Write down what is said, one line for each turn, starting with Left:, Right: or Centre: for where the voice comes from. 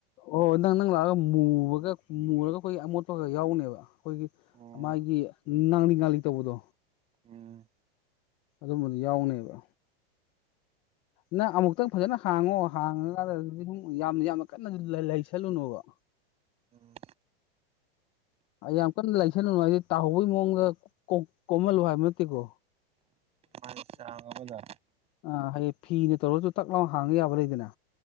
Left: ꯑꯣ ꯅꯪ ꯅꯪ ꯂꯥꯎꯔꯒ ꯃꯨꯕꯒ ꯃꯨꯔꯒ ꯑꯩꯈꯣꯏ ꯑꯃꯣꯠꯄꯒ ꯌꯥꯎꯅꯦꯕ꯫ ꯑꯩꯈꯣꯏꯒꯤ
Right: ꯎꯝ
Left: ꯃꯥꯒꯤ ꯉꯥꯡꯂꯤ ꯉꯥꯡꯂꯤ ꯇꯧꯕꯗꯣ꯫
Right: ꯎꯝ꯫
Left: ꯑꯗꯨꯝꯕꯗꯨ ꯌꯥꯎꯅꯦꯕ꯫ ꯅꯪ ꯑꯃꯨꯛꯇꯪ ꯐꯖꯅ ꯍꯥꯡꯉꯣ ꯍꯥꯡꯉꯀꯥꯟꯗ ꯑꯗꯨꯗꯤ ꯁꯨꯝ ꯌꯥꯝ ꯌꯥꯝꯅ ꯀꯟꯅ ꯂꯩꯁꯜꯂꯨꯅꯣꯕ꯫
Right: ꯎꯝ꯫
Left: ꯑꯩ ꯌꯥꯝ ꯀꯟꯅ ꯂꯩꯁꯜꯂꯨꯅꯨ ꯍꯥꯏꯗꯤ ꯇꯥꯍꯧꯕꯩ ꯃꯑꯣꯡꯗ ꯀꯣꯝ ꯀꯣꯝꯍꯜꯂꯨ ꯍꯥꯏꯕ ꯅꯠꯇꯦꯀꯣ꯫
Right: ꯃꯥꯏ ꯆꯥꯡ ꯑꯃꯗꯥ
Left: ꯑ ꯍꯌꯦꯡ ꯐꯤꯅ ꯇꯧꯔꯁꯨ ꯇꯥꯛ ꯂꯥꯎ ꯍꯥꯡꯕ ꯌꯥꯕ ꯂꯩꯗꯅ꯫